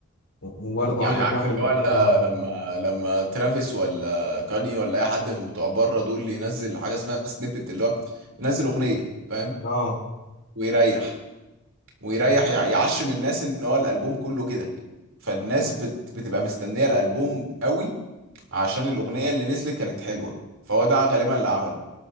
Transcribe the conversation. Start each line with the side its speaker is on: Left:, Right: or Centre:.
Left: وبرضه
Right: يعني
Left: عندك
Right: عارف
Left: واحد
Right: اللي هو ل-
Left: اه
Right: لما لما ترافيس ولا كاني ولا اي حد من بتوع بره دول ينزل حاجه اسمها سنيبت اللي هو ينزل اغنيه فاهم
Left: اه
Right: ويريح ويريح يع- يعشم الناس ان هو الالبوم كله كده فالناس بت بتبقى مستنيه الالبوم قوي عشان الاغنيه اللي نزلت كانت حلوه فهو ده غالبا اللي عمله